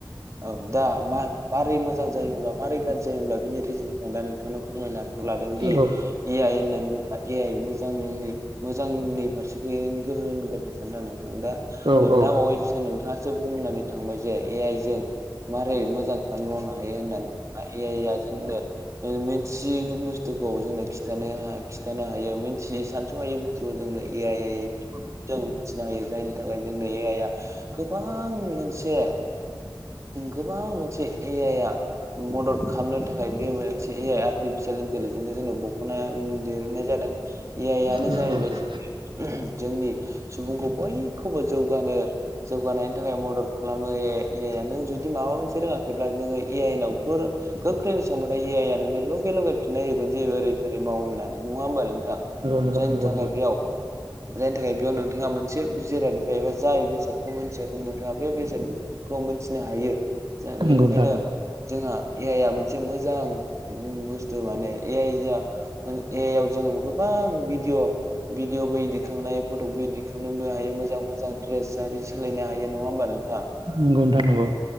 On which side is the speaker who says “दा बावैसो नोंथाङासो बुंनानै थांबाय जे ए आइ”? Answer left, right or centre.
Right